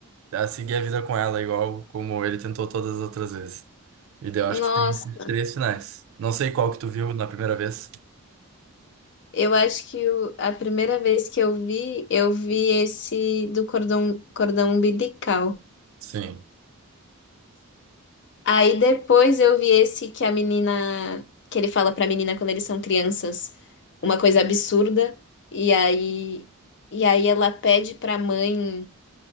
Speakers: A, on the right; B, on the left.
A: a seguir a vida com ela, igual como ele tentou todas as outras vezes. E daí eu acho
B: Nossa,
A: que tem esses três finais. Não sei qual que tu viu na primeira vez.
B: eu acho que o- a primeira vez que eu vi, eu vi esse do cordão, cordão umbilical.
A: Sim.
B: Aí depois eu vi esse que a menina, que ele fala pra menina quando eles são crianças, uma coisa absurda. E aí, e aí ela pede pra mãe.